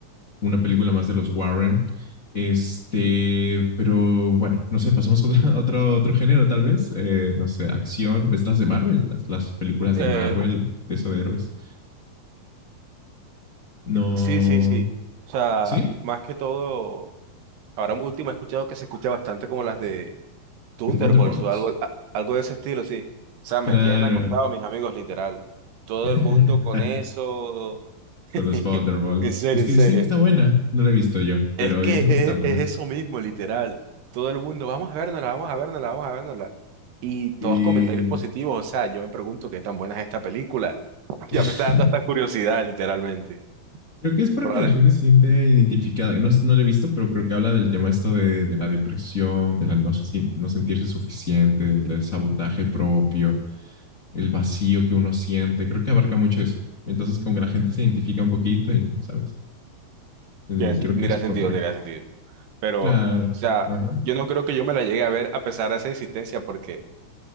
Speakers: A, on the left; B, on the right.
A: Una película más de los Warren. Este, pero bueno, no sé, pasamos a otro, <laughs> otro, otro género, tal vez. Eh, no sé, acción. ¿Ves las de Marvel? Las, las películas de
B: eh,
A: Marvel, de eso de héroes. No.
B: sí, sí, sí. O sea,
A: ¿Sí?
B: más que todo... Ahora último he escuchado que se escucha bastante como las de Thunderbolts
A: The Thunderbolts.
B: o algo, a- algo de ese estilo, sí. O sea,
A: Claro.
B: me tienen acostado mis amigos, literal. Todo
A: <laughs>
B: el mundo con eso. <laughs>
A: con los Thunderbolts.
B: En serio,
A: Es que
B: en serio.
A: dicen que está buena, no la he visto yo, pero
B: Es que
A: dicen que
B: es,
A: está buena.
B: es eso mismo, literal. Todo el mundo, vamos a vernosla, vamos a vernosla, vamos a vernosla. Y todos
A: Y
B: comentarios positivos, o sea, yo me pregunto qué tan buena es esta película. <laughs>
A: <laughs>
B: Ya me está dando hasta curiosidad, literalmente.
A: creo que es porque
B: Probablemente
A: la gente se siente identificada. No, no la he visto, pero creo que habla del tema esto de, de la depresión, de la no, se si- no sentirse suficiente, del sabotaje propio, el vacío que uno siente. Creo que abarca mucho eso. Entonces, como que la gente se identifica un poquito y, ¿sabes? Eh,
B: tiene
A: Y
B: sen-
A: creo
B: tendría
A: que es
B: sentido,
A: por...
B: tiene sentido. pero,
A: Claro.
B: o sea,
A: Ajá.
B: yo no creo que yo me la llegue a ver a pesar de esa insistencia, porque